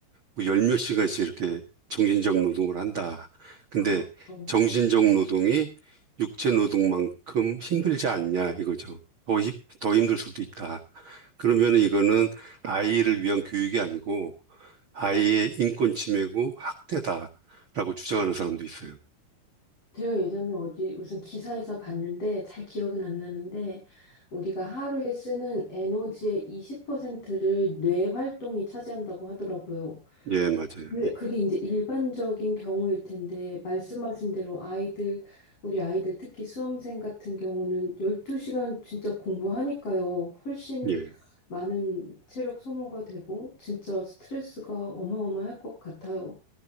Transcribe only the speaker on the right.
뭐열 몇 시간씩 이렇게 정신적 노동을 한다. 근데
정신적 노동이 육체 노동만큼 힘들지 않냐 이거죠. 더, 힘, 더 힘들 수도 있다. 그러면 이거는 아이를 위한 교육이 아니고 아이의 인권 침해고 학대다라고 주장하는 사람도 있어요.
예, 맞아요.
예, 예.